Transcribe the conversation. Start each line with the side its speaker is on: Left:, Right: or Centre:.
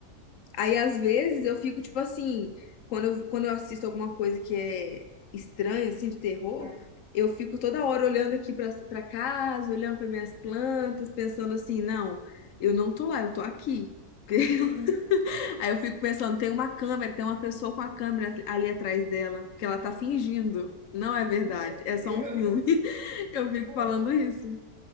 Left: Aí, às vezes, eu fico, tipo assim, quando eu, quando eu assisto alguma coisa que é estranha, assim, de terror,
Right: sabe?
Left: eu fico toda hora olhando aqui pra, pra casa, olhando para minhas plantas, pensando assim, não, eu não tô lá, eu tô aqui. <laughs>
Right: Uhum.
Left: Aí eu fico pensando, tem uma câmera, tem uma pessoa com a câmera ali atrás dela, que ela tá fingindo. Não é verdade,
Right: Meu
Left: é
Right: Deus.
Left: só um filme. <laughs> Eu fico
Right: Pô,
Left: falando isso.